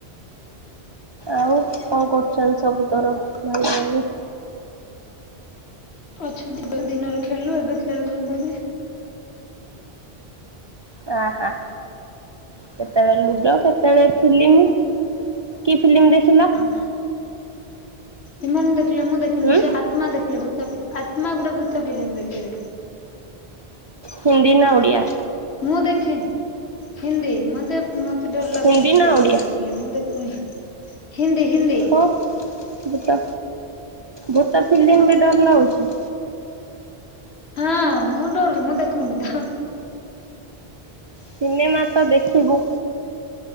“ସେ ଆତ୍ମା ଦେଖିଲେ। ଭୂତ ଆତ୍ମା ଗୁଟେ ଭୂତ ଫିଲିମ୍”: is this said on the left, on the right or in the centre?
Left